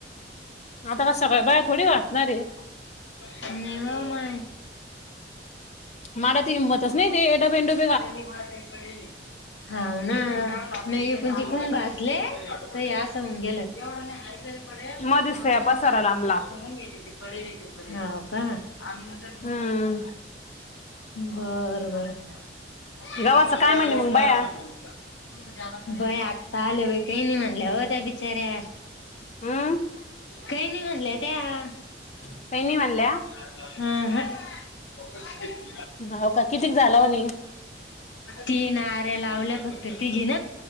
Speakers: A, on the left (about 40°); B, on the left (about 85°).
A: आता का सगळ्या बाया थोडी घासणार आहे.
B: नाही व्हा माई.
A: मला तर हिम्मतच नाही ते डबे डुबे.
B: <unintelligible> हाव ना, नाही ईकुणी तिकून घासले ते असं होऊन गेलं. <unintelligible>
A: मध्येच या पसारा लांबला
B: होव का. <inaudible>
A: हम्म
B: बरं बरं. <unintelligible>
A: गव्हाचं काय म्हणे मग बाया
B: बय आत्ता आले बा काही नाही म्हणल्या हो त्या बिचाऱ्या.
A: हम्म,
B: काही नाही म्हणल्या त्या.
A: काय नाही म्हणल्या.
B: अं हं
A: होव का कितीक झाला म्हणे?
B: तीन आऱ्या लावल्या फक्त तिघीन.